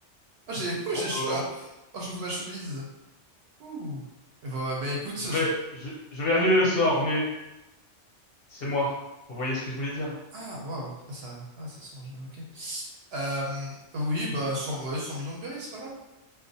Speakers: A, on the right (about 65°); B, on the left (about 60°).
A: Ah, j'ai oh,
B: Bonjour.
A: j'ai chaud là. Oh, j'ouvre ma chemise. Ouh. Eh ben, bah, écoute,
B: Je vais,
A: je...
B: je, je vais annuler le sort, mais c'est moi. Vous voyez ce que je voulais dire?
A: Ah, waouh. Ah, ça... Ah, ça sent... Ok. Euh, oui, bah, 100. ouais, 100 millions de berries, c'est pas mal.